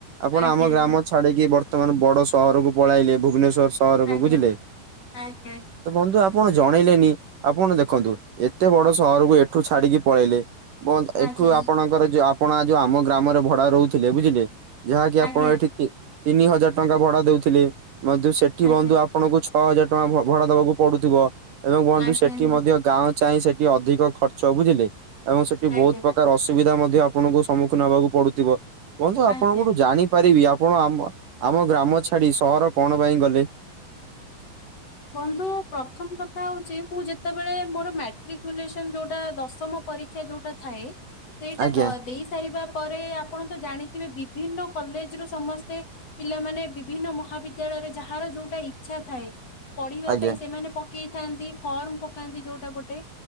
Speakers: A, on the right; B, on the left.
A: ଆପଣ
B: ଆଜ୍ଞା ଆଜ୍ଞା
A: ଆମ ଗ୍ରାମ
B: ନିହାତି
A: ଛାଡିକି ବର୍ତ୍ତମାନ ବଡ ସହରକୁ ପଳେଇଲେ ଭୁବନେଶ୍ୱର ସହରକୁ
B: ଆଜ୍ଞା
A: ବୁଝିଲେ
B: ଆଜ୍ଞା
A: ତ ବନ୍ଧୁ ଆପଣ ଜଣେଇଲେନି ଆପଣ ଦେଖନ୍ତୁ ଏତେ ବଡ ସହରକୁ ଏଠୁ ଛାଡିକି ପଳେଇଲେ। ଏଠୁ
B: ଆଜ୍ଞା
A: ଆପଣଙ୍କର ଯୋଉ ଆପଣ ଯୋଉ ଆମ ଗ୍ରାମରେ ଭଡା ରହୁଥିଲେ ବୁଝିଲେ ଯାହାକି
B: ଆଜ୍ଞା ଆଜ୍ଞା
A: ଆପଣ ଏଠି ତିନି ହଜାର ଟଙ୍କା ଭଡା ଦଉଥିଲେ ବନ୍ଧୁ ସେଠି
B: ଆଜ୍ଞା
A: ବନ୍ଧୁ ଆପଣଙ୍କୁ ଛଅ ହଜାର ଟଙ୍କା ଭଡା ଦବାକୁ ପଡୁଥିବ ଏବଂ କୁହନ୍ତୁ
B: ଆଜ୍ଞା
A: ସେଠି
B: ନିହାତି
A: ମଧ୍ୟ ଗାଁ ଚାହିଁ ସେଠି ଅଧିକ ଖର୍ଚ ବୁଝିଲେ ଏବଂ ସେଠି
B: ଆଜ୍ଞା
A: ବହୁତ ପ୍ରକାର କାର ଅସୁବିଧା ମଧ୍ୟ ଆପଣଙ୍କୁ ସମ୍ମୁଖୀନ ହେବାକୁ ପଡୁଥିବ ବନ୍ଧୁ ଆପଣ
B: ଆଜ୍ଞା
A: କୋଠୁ ଜାଣିପାରିବି। ଆପଣ ଆମ ଆମ ଗ୍ରାମ ଛାଡି ସହର କଣ ପାଇଁ ଗଲେ।
B: ବନ୍ଧୁ ପ୍ରଥମ କଥା ହଉଛି ମୁଁ ଯେତେବେଳେ ମୋର ମ୍ୟାଟ୍ରିକ ପୋଜିସନ ଯୋଉଟା ଦଶମ ପରି କ୍ଷା ଯୋଉଟା ଥାଏ ସେଇଟା
A: ଆଜ୍ଞା
B: ଦେଇ ସାରିବା ପରେ ଆପଣ ତ ଜାଣିଥିବେ ବିଭିନ୍ନ କଲେଜ ରୁ ସମସ୍ତେ ପିଲାମାନେ ବିଭିନ୍ନ ମହାବିଦ୍ୟାଳୟରେ ଯାହାର ଯୋଉଟା ଇଚ୍ଛା ଥାଏ। ପଢିବା
A: ଆଜ୍ଞା
B: ପାଇଁ ସେମାନେ ପକେଇଥାନ୍ତି ଫର୍ମ ପକାନ୍ତି ଯୋଉଟା ଗୋଟେ